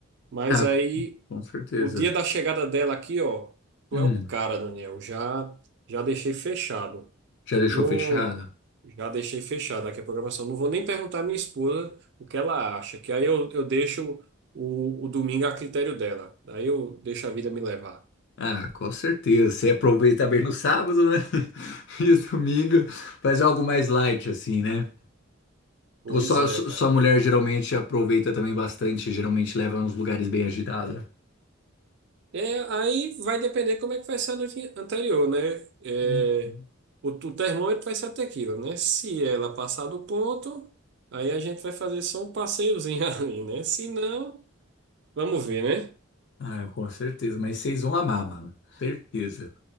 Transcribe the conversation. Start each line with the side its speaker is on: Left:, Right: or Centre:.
Right: Mas
Left: Ah,
Right: aí,
Left: c- com certeza.
Right: o dia da chegada dela aqui, ó, tu
Left: Hum.
Right: é o cara, Daniel. Já, já deixei fechado.
Left: Já deixou
Right: Não,
Left: fechado?
Right: já deixei fechado aqui a programação. Não vou nem perguntar à minha esposa o que ela acha, que aí eu, eu deixo o, o domingo a critério dela. Aí eu deixo a vida me levar.
Left: Ah, com certeza. Você aproveita bem no sábado, né? <laughs> E domingo faz algo mais light, assim, né?
Right: Pois
Left: Ou só,
Right: é,
Left: só-
Right: cara.
Left: sua mulher geralmente aproveita também bastante, geralmente leva nos lugares bem agitados.
Right: É, aí vai depender como é que vai ser a noite anterior, né? É,
Left: Hum.
Right: o, o termômetro vai ser até aquilo, né? Se ela passar do ponto, aí a gente vai fazer só um passeiozinho <laughs> ali, né? Se não, vamos ver, né?
Left: Ah, com certeza. Mas vocês vão amar, mano. Certeza.